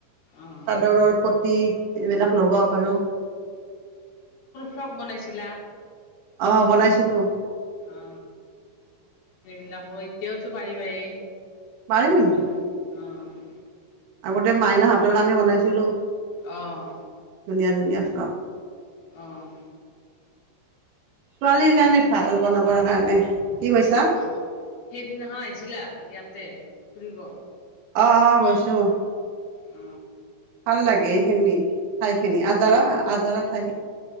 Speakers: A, on the left (about 60°); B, on the right (about 85°).
A: অ' অ'
B: তাদৰৰ পতি এইবিলাক লগাব পাৰো।
A: এক বনাইছিলা!
B: অ বনাইছিলো।
A: অ সেইবিলাকো। তেতিয়া পাৰিব এই
B: পাৰিম
A: মান অ'
B: আগতে মাইনা হাতৰ কানি বনাইছিলো।
A: আহ!
B: ধুনীয়া ধুনীয়া চাও
A: আহঁ!
B: ছোৱালীৰ কাৰণে ভাল বনাবৰ কাৰণে কি কৈছা
A: আহ সেইদিনাখন আহিছিলা, ইয়াতে ফুৰিব
B: আহ অ বৈছো
A: অ
B: লাগে সেইনে ঠাই খিনি আজাৰা আজাৰা ঠাইখিনি